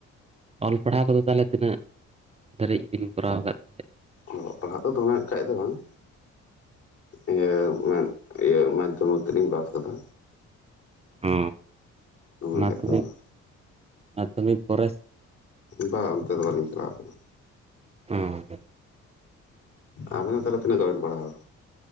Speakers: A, on the right; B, on the left.
A: ᱚᱞ ᱯᱟᱲᱦᱟᱣ ᱠᱚᱫᱚ ᱛᱟᱦᱚᱞᱮ ᱛᱤᱱᱟᱹᱜ ᱫᱷᱟᱹᱨᱤᱡ ᱵᱤᱱ ᱠᱚᱨᱟᱣ ᱟᱠᱟᱫ ᱛᱟᱦᱮᱸᱫ
B: ᱚᱞᱚᱜ ᱯᱟᱲᱦᱟᱜ ᱫᱚ ᱫᱚᱢᱮ ᱮᱠᱴᱟ ᱫᱚ ᱵᱟᱝ ᱤᱭᱟᱹ <inaudible> ᱤᱭᱟᱹ ᱢᱟᱫᱽᱫᱷᱚᱢᱤᱠ ᱛᱮᱞᱤᱧ ᱯᱟᱥ ᱟᱠᱟᱫᱟ
A: ᱚ
B: ᱫᱚᱢᱮ
A: ᱢᱟᱫᱫᱷᱚᱢᱤᱠ
B: ᱠᱷᱟᱡ ᱫᱚ ᱵᱟᱝ
A: ᱢᱟᱫᱫᱷᱚᱢᱤᱠ ᱯᱚᱨᱮ
B: ᱵᱟᱝ ᱚᱱᱛᱮ ᱫᱚ ᱵᱟᱹᱞᱤᱧ ᱪᱟᱞᱟᱣ ᱠᱟᱱᱟ
A: ᱚᱸ
B: ᱟᱵᱮᱱ ᱛᱟᱦᱚᱞᱮ ᱛᱤᱱᱟᱹᱜ ᱜᱟᱵᱮᱵ ᱯᱟᱲᱦᱟᱣ ᱟᱠᱟᱱᱟ